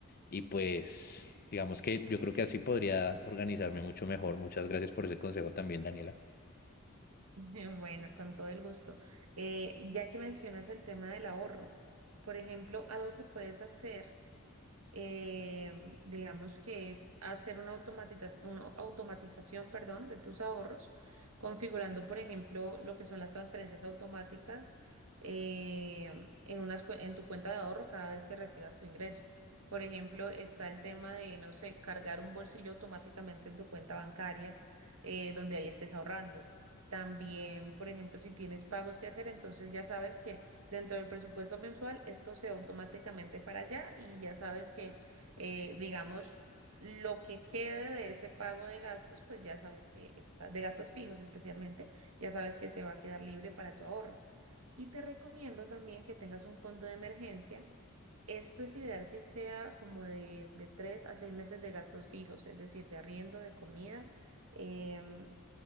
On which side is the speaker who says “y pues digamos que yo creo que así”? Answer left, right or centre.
Left